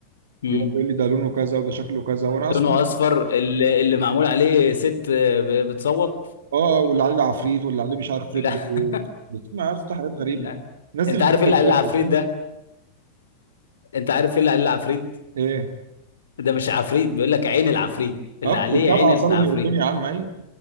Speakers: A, on the left (about 70°); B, on the right (about 60°).
A: امم
B: ويقعد يقول لي ده لونه كذا وده شكله كذا وانا اصلا
A: لونه اصفر اللي, اللي معمول عليه ست ب- بتصوت
B: اه واللي عليه العفريت واللي عليه مش عارف رجل
A: لا <laughs>
B: ايه بتسمع يا اسطى حاجات غريبه
A: لا
B: الناس دي
A: انت
B: بتجيب
A: عارف ايه اللي
B: لك
A: عليه
B: برضه
A: العفريت
B: فاهم
A: ده انت عارف ايه اللي عليه العفريت
B: ايه
A: ده مش عفريت بيقول لك عين العفريت اللي
B: اه
A: عليه
B: بتاع
A: عين
B: اعصاب
A: العفريت
B: النيوتون يا عم ايوه